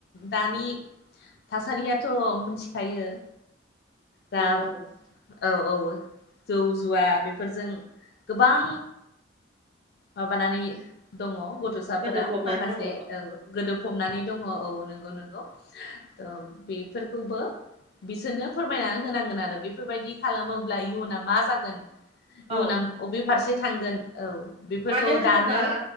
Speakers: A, on the left; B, on the right.
A: दानि थासारियाथ' मिथिखायो दा
B: नंगौ
A: औ औ जौ जुवा बे फोरजों गोबां माबानानै दङ गथ' साफोरा
B: गोदोफबनानै
A: माखासे
B: दङ
A: औ गोदोफबनानै दङ औ नंगौ नंगौ त' बेफोरखौबो बिसोरनो फोरमायनानै होनांगोन आरो बेफोरबायदि खालामोब्ला इयुना मा जागोन इयुनाव
B: औ
A: बबे फारसे थांगोन औ बेफोरखौ
B: मानो होनोबा
A: दानो